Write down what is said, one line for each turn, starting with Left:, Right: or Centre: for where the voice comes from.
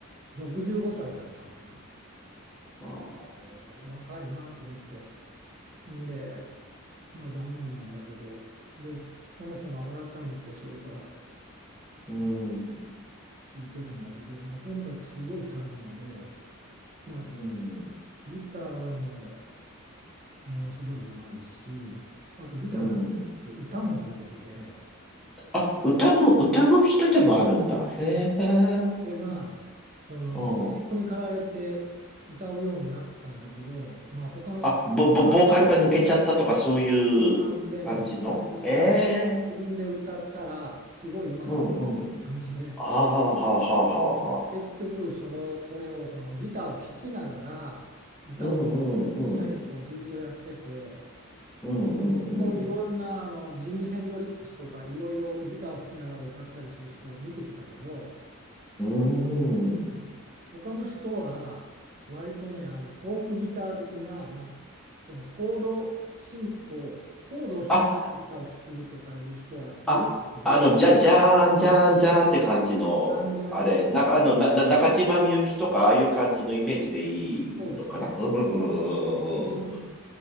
Right: う65歳だったのよ。
Centre: ー
Right: えー若いなと思って。んでまあ、残念なんだけど、で、その人の改めてそれから
Centre: うん、
Right: 聞いてるんだけど、まあ、とにかくすごい才能で、まあ、
Centre: うん、
Right: ギターはもうものすごい上手いし、あとギターだけじゃなくて歌も上手で、
Centre: うん。あ、歌も、歌う人でもあるんだ。へえ。
Right: それがその必要に駆られて歌うようになったんだけど、
Centre: うん。
Right: まあ、他の人は
Centre: あ、ぼ、ぼ、ボーカルが抜けちゃったとかそういう感じのええ。
Right: こんな感じでね、あの見つから自分で歌ったらすごいうまかった
Centre: うんうん。
Right: 感じで。
Centre: ああ、はあ、はあ、はあ、はあ。
Right: 結局それを、それをそのギターを弾きながら歌う
Centre: うんうんうん。
Right: 最後のこうずっとやってて
Centre: うんうん
Right: 僕もいろんなあのジミ・ヘンドリックスとかいろいろギターを弾きながら歌ったりする人を見てきたけど
Centre: うん。うん。
Right: うん他の人は割とねあのフォークギター的な、まあ、そのコード進行コードを弾きながらギターを弾くとかいう人はいるんだけど
Centre: あ、あ、あの、じゃ、じゃーん、じゃーん、じゃーんって感じの、
Right: じゃんじゃんじゃんと
Centre: あれ、な、あの、な、な、中島みゆきとか、ああいう感じのイメージでいいのかなうんうんうんうんうん
Right: そうですね、うん、こういう